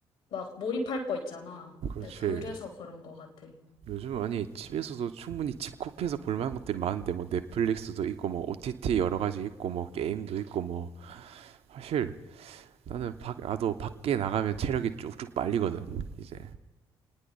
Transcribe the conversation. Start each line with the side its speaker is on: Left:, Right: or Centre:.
Left: 막 몰입할 거 있잖아.
Right: 그렇지
Left: 근데 그래서 그런 것 같아.
Right: 요즘 아니 집에서도 충분히 집콕해서 볼만한 것들이 많은데 뭐 넷플릭스도 있고 뭐 OTT 여러 가지 있고 뭐 게임도 있고 뭐 사실 나는 밖 나도 밖에 나가면 체력이 쭉쭉 빨리거든 이제